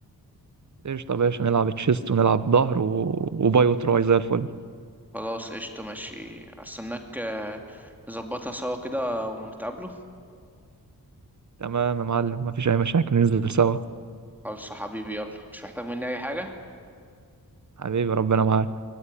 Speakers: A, on the right; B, in the centre.
A: ايش طب يا باشا نلعب تشيست ونلعب ظهر و... وباي وتراي زي الفل
B: خلاص قشطة ماشي استناك آه، نظبطها سوا كده ونتقابلوا
A: تمام يا معلم مفيش اي مشاكل ننزل سوا
B: خلاص يا حبيبي يلا مش محتاج مني أي حاجة
A: حبيبي ربنا معاك